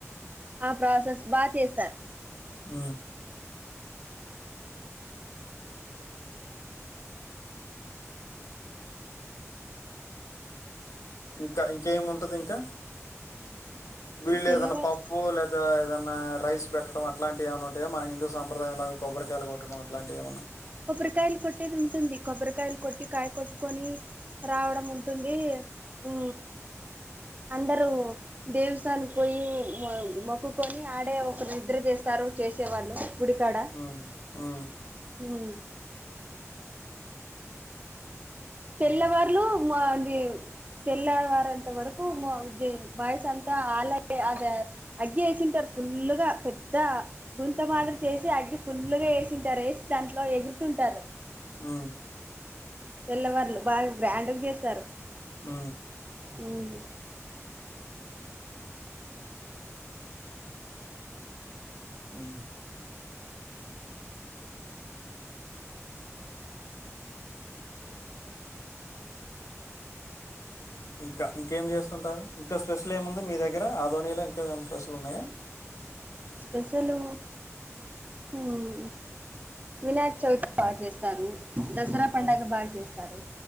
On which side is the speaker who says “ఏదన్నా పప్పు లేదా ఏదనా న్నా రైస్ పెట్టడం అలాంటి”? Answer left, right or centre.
Left